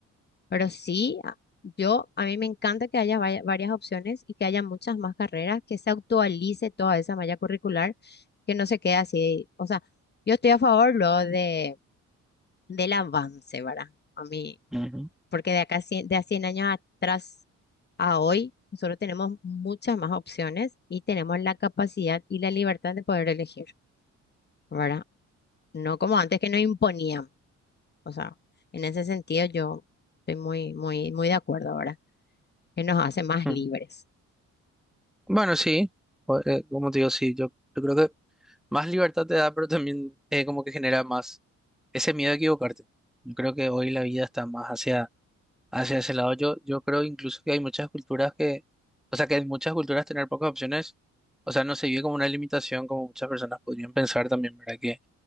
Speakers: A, on the left; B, in the centre.
A: Pero sí, a- yo, a mí me encanta que haya vaya- varias opciones y que haya muchas más carreras, que se actualice toda esa malla curricular, que no se quede así. O sea, yo estoy a favor luego de, del avance, ¿verdad? A mí
B: ujú,
A: porque de acá cien- de a 100 años atrás a hoy, nosotros tenemos muchas más opciones y tenemos la capacidad y la libertad de poder elegir, ¿verdad? No como antes que nos imponían. O sea, en ese sentido yo estoy muy, muy, muy de acuerdo ahora, que nos hace más
B: ujú.
A: libres.
B: Bueno, sí, o- eh, como te digo, sí, yo, yo creo que más libertad te da, pero también eh, como que genera más ese miedo a equivocarte. Yo creo que hoy la vida está más hacia Hacia ese lado, yo, yo creo incluso que hay muchas culturas que, o sea, que en muchas culturas tener pocas opciones, o sea, no se vive como una limitación, como muchas personas podrían pensar también, ¿verdad? Que